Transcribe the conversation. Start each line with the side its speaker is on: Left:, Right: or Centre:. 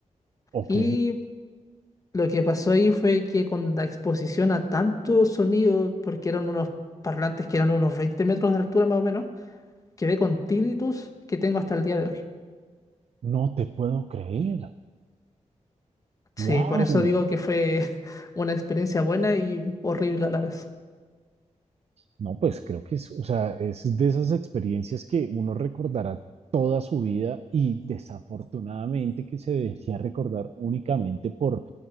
Right: Ok,
Left: Y lo que pasó ahí fue que con la exposición a tanto sonido, porque eran unos parlantes que eran unos 20 metros de altura más o menos, quedé con tinnitus que tengo hasta el día de hoy.
Right: no te puedo creer.
Left: Sí,
Right: Wow,
Left: por eso digo que fue <laughs> una experiencia buena y horrible a la vez.
Right: No, pues creo que es, o sea, es de esas experiencias que uno recordará toda su vida y desafortunadamente que se debería recordar únicamente por